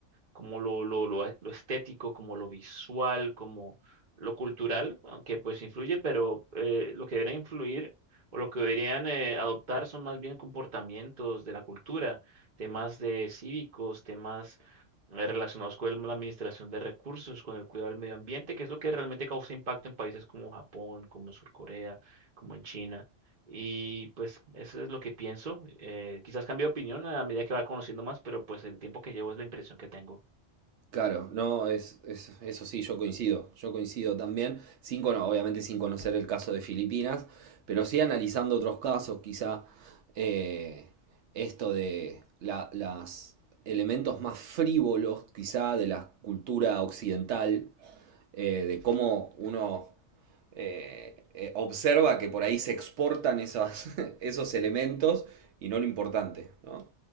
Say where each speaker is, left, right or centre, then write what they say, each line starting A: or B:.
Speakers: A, on the right (about 40°); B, on the right (about 70°).
A: como lo, lo, lo, lo estético, como lo visual, como lo cultural, aunque pues influye, pero eh, lo que debería influir o lo que deberían eh, adoptar son más bien comportamientos de la cultura, temas de cívicos, temas eh, relacionados con el- la administración de recursos, con el cuidado del medio ambiente, que es lo que realmente causa impacto en países como Japón, como en Sur Corea, como en China. Y pues eso es lo que pienso. Eh, quizás cambie de opinión a medida que va conociendo más, pero pues el tiempo que llevo es la impresión que tengo.
B: Claro, no, es, es- eso sí, yo coincido, yo coincido también, sin, cono- obviamente sin conocer el caso de Filipinas, pero sí analizando otros casos, quizá eh, esto de la- las elementos más frívolos, quizá de la cultura occidental, eh, de cómo uno eh, eh, observa que por ahí se exportan esas- <laughs> esos elementos y no lo importante, ¿no?